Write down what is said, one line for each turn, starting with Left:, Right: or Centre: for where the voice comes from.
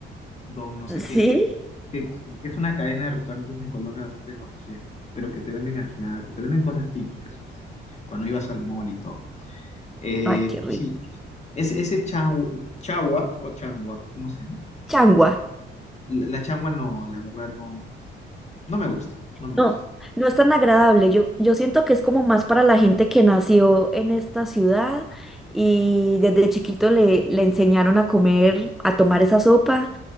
Left: Don no sé
Centre: ¿Sí?
Left: qué, que, que es una cadena de restaurantes en Colombia bastante conocida, pero que te venden ajiaco, te venden cosas típicas, o sea, cuando ibas al mall y todo. Eh,
Centre: Ay, qué rico.
Left: pues sí, es, ese chau- chagua o changua, ¿cómo se llama?
Centre: Changua.
Left: La, la changua no, la verdad no, no me gusta, no me
Centre: No,
Left: gusta.
Centre: no es tan agradable. Yo, yo siento que es como más para la gente que nació en esta ciudad y desde chiquito le, le enseñaron a comer, a tomar esa sopa,